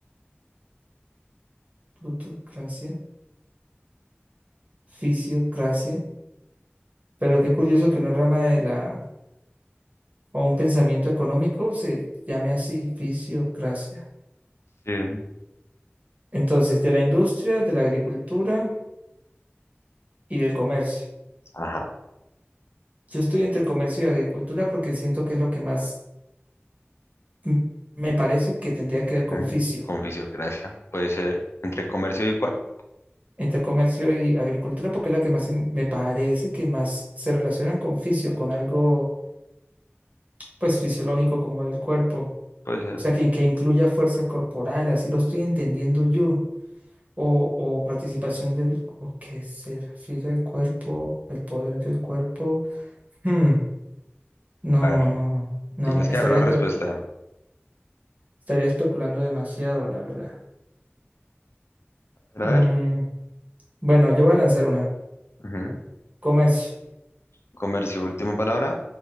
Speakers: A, on the right; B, on the left.
A: plutocracia, fisiocracia. Pero qué curioso que una rama de la o un pensamiento económico se llame así, fisiocracia.
B: Sí.
A: Entonces, de la industria, de la agricultura y del comercio.
B: Ajá.
A: Yo estoy entre comercio y agricultura porque siento que es lo que más m- me parece que tendría que ver con
B: Mm,
A: fisio.
B: Con fisiocracia, puede ser. Entre comercio y cuál,
A: Entre comercio y agricultura porque es la que más in- me parece que más se relacionan con fisio, con algo pues fisiológico como del cuerpo.
B: puede ser.
A: O sea, que, que incluya fuerza corporal, así lo estoy entendiendo yo. O, o participación del, o que se refiere al cuerpo, el poder del cuerpo. Hmm, No,
B: A ver,
A: no, no. No,
B: tienes
A: me-
B: que
A: estaría
B: dar una respuesta.
A: especu- estaría especulando demasiado, la verdad.
B: A ver.
A: Mm, bueno, yo voy a lanzar una.
B: ujú.
A: Comercio.
B: Comercio, última palabra.